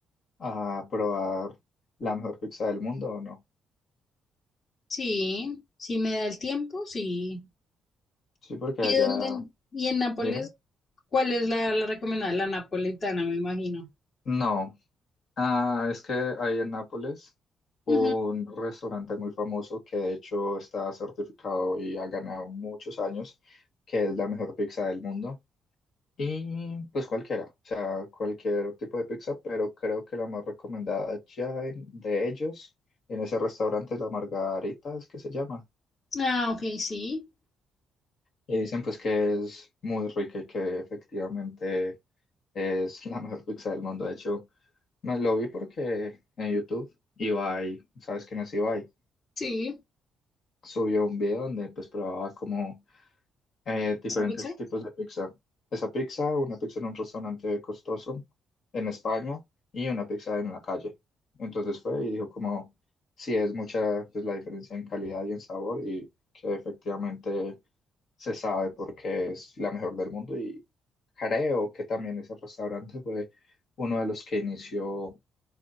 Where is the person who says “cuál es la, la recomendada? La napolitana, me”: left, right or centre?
Left